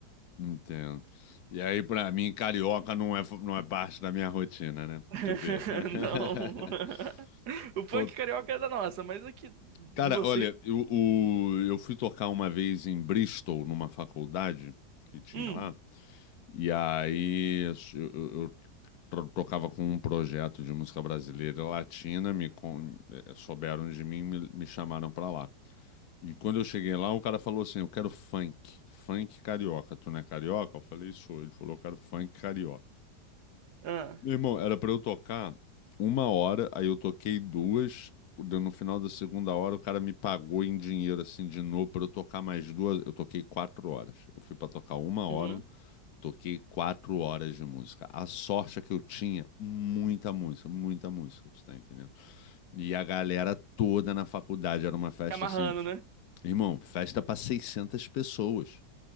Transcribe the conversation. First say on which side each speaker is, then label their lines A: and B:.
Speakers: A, on the left; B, on the right.
A: entendo. E aí, pra mim, carioca não é, não é parte da minha rotina, né?
B: <laughs>
A: Tu vê. <laughs>
B: Não. <laughs> O punk
A: Tô-
B: carioca é da nossa, mas aqui de
A: Cara,
B: vocês.
A: olha, eu, o- eu fui tocar uma vez em Bristol, numa faculdade que tinha
B: Hum.
A: lá, e aí eu, eu- eu tro- tocava com um projeto de música brasileira e latina, me con- eh, souberam de mim, me, me chamaram pra lá. E quando eu cheguei lá, o cara falou assim: Eu quero funk, funk carioca. Tu não é carioca? Eu falei: Sou. Ele falou: Eu quero funk carioca.
B: Ah.
A: Meu irmão, era pra eu tocar uma hora, aí eu toquei duas. deu- No final da segunda hora, o cara me pagou em dinheiro, assim, de novo, pra eu tocar mais duas. Eu toquei quatro horas. Eu fui pra tocar uma hora,
B: Uhum.
A: toquei quatro horas de música. A sorte é que eu tinha muita música, muita música, tu tá entendendo? E a galera toda na faculdade, era uma festa
B: Tá amarrando,
A: assim.
B: né?
A: Irmão, festa pra 600 pessoas